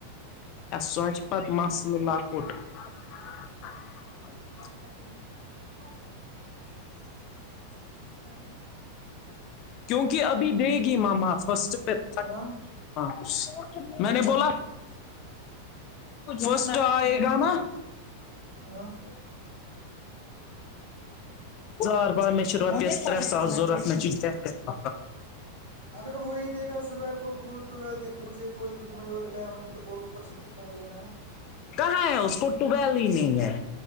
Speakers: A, on the left (about 40°); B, on the left (about 85°).
A: سوچ پت مسلہ لکوٹ <unintelligible>
B: کیسا بہت <inaudible> زدا کیا <inaudible>
A: کیونکہ ابھی دے گی ماما فسٹ پہ
B: ہاں
A: ہاں میں نے بولا فسٹ آئے گا نا <unintelligible> <inaudible>
B: ہاں
A: زار بار م میں چ روپس <inaudible> <unintelligible> تر ساس ضورت میں چ جیکیٹ <unintelligible>
B: اگر وہی دے گا یر کو بول ٹویل دیں مجھے کوئی بجمعور الیونتھ اور اوپر سے کتنا دینا ہے
A: کہاں ہے اس کو ٹوبیل ہی نہیں ہے